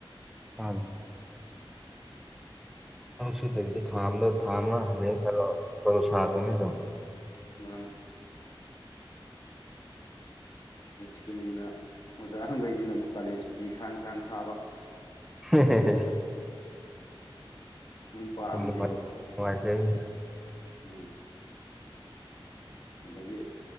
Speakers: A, in the centre; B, on the left (about 50°).
A: ꯑꯥ ꯊꯕꯛ ꯁꯨꯗꯕꯤꯗ ꯊꯥ ꯑꯃꯗ ꯊꯥ ꯑꯃ ꯍꯥꯜꯂꯦ ꯈꯜꯂꯣ ꯇꯣꯂꯣꯞ ꯁꯥꯒ꯭ꯔꯝꯅꯤ
B: ꯎꯝ
A: ꯑꯗꯨꯝ
B: ꯃꯥꯅꯦ ꯁ꯭ꯀꯨꯜꯒꯤꯅ ꯑꯣꯖꯥ ꯒꯩꯁꯤꯅ ꯑꯃꯨꯛ ꯀꯥꯂꯦꯟ ꯁꯨꯇꯤ ꯁꯥꯡ ꯁꯥꯡ ꯊꯥꯕ
A: ꯍꯦ ꯍꯦ ꯍꯦ
B: ꯃꯣꯏ ꯄꯥꯝꯃꯤꯁꯤꯀꯣ
A: ꯌꯥꯝ ꯅꯨꯡꯉꯥꯏꯖꯩ
B: ꯎꯝ ꯑꯗꯒꯤ